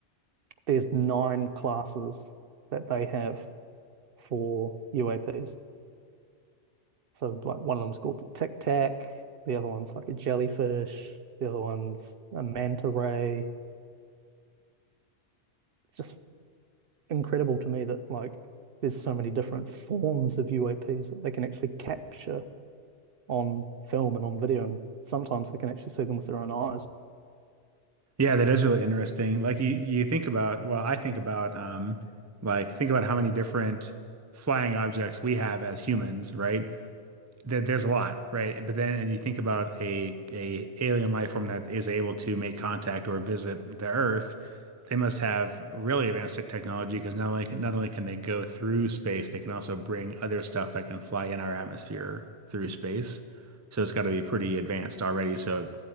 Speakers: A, on the right (about 60°); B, on the right (about 25°).
A: there's nine classes that they have for UAPs. So like one of them's called the Tic Tac, the other one's like a jellyfish, the other one's a manta ray. It's just incredible to me that like there's so many different forms of UAPs that they can actually capture on film and on video, and sometimes they can actually see them with their own eyes.
B: Yeah, that is really interesting. Like you, you think about, well, I think about, um, like think about how many different flying objects we have as humans, right? there, there's a lot, right? But then, and you think about a a alien life form that is able to make contact or visit the Earth, they must have really advanced tech- technology because not only not only can they go through space, they can also bring other stuff that can fly in our atmosphere through space. So it's got to be pretty advanced already. So it